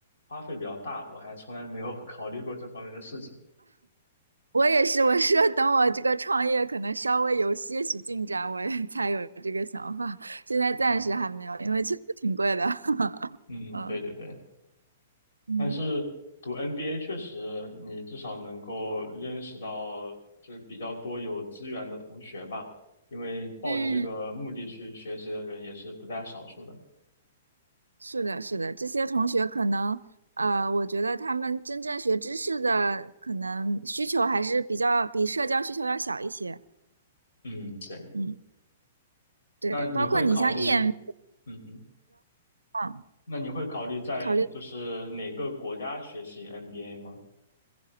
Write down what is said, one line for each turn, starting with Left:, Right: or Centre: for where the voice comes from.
Left: 花费比较大，我还从来没有 <laughs> 考虑过这方面的事情。
Right: 我也是，我是等我这个创业可能稍微有些许进展，我也 <laughs> 才有这个想法。现在暂时还没有，
Left: 哦，
Right: 因为确实挺贵的。<laughs>
Left: 嗯，
Right: 嗯
Left: 对对对。
Right: 嗯
Left: 但是读 NBA 确实，你至少能够认识到就是比较多有资源的同学吧，因为抱着这个目的去学习的人也是不在少数的。
Right: 嗯，嗯，是的，是的，这些同学可能，呃，我觉得他们真正学知识的可能需求还是比较比社交需求要小一些。
Left: 嗯，对。
Right: 嗯，对，
Left: 那你会考虑，
Right: 包括你像 e M，
Left: 嗯哼，
Right: 嗯
Left: 那你会考虑在就是哪个国家学习
Right: 考虑。
Left: NBA 吗？